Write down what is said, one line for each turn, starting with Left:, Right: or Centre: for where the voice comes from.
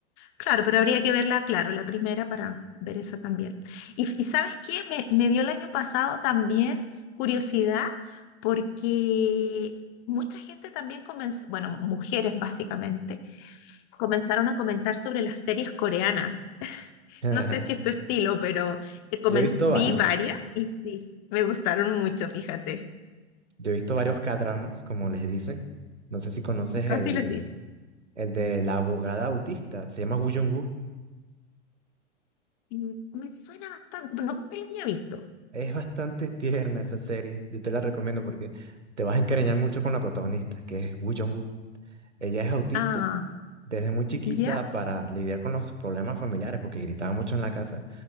Left: Claro, pero habría que verla, claro, la primera para ver esa también. Y, y ¿sabes qué? Me, me dio el año pasado también curiosidad porque mucha gente también comenzó, bueno, mujeres básicamente, comenzaron a comentar sobre las series coreanas.
Right: <laughs>
Left: No sé si es tu estilo, pero eh, comenz-
Right: Yo he visto
Left: vi
Right: varios,
Left: varias y sí, me gustaron mucho, fíjate.
Right: yo he visto varios K-dramas, como les dicen. No sé si conoces
Left: Así
Right: el,
Left: les dice.
Right: el de la abogada autista, se llama Woo Jung-woo.
Left: Y me suena bastante, pero no creo que las había visto.
Right: Es bastante tierna esa serie, yo te la recomiendo porque te vas a encariñar mucho con la protagonista, que es Woo Jung-woo. Ella es autista
Left: Ah,
Right: desde muy chiquita
Left: ¿ya?
Right: para lidiar con los problemas familiares, porque gritaba mucho en la casa,